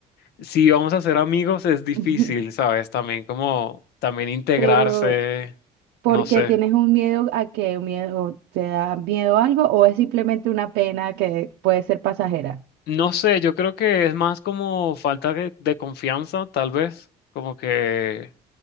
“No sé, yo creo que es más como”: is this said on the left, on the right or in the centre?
Left